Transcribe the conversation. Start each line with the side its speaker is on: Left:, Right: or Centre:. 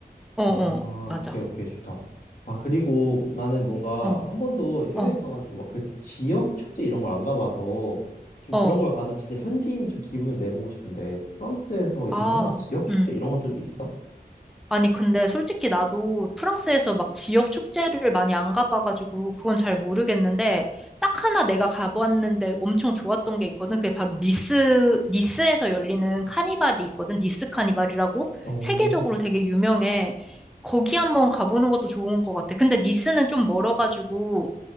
Centre: 어,
Left: 아,
Centre: 어, 맞아.
Left: 오케이, 오케이, 좋다. 아, 그리고 나는 뭔가
Centre: 어,
Left: 한 번도 해외
Centre: 어,
Left: 가가지고 막 그 지역 축제 이런 걸 안 가봐서 좀
Centre: 어.
Left: 그런 걸 가서 진짜 현지인 좀 기분을 내보고 싶은데 프랑스에서
Centre: 아,
Left: 유명한 지역 축제
Centre: 음.
Left: 이런 것들도 있어?
Centre: 아니, 근데 솔직히 나도 프랑스에서 막 지역 축제를 많이 안 가봐가지고 그건 잘 모르겠는데 딱 하나 내가 가봤는데 엄청 좋았던 게 있거든. 그게 바로 니스, 니스에서 열리는 카니발이 있거든. 니스 카니발이라고
Left: 오.
Centre: 세계적으로 되게 유명해. 거기 한번 가보는 것도 좋은 것 같아. 근데 니스는 좀 멀어가지고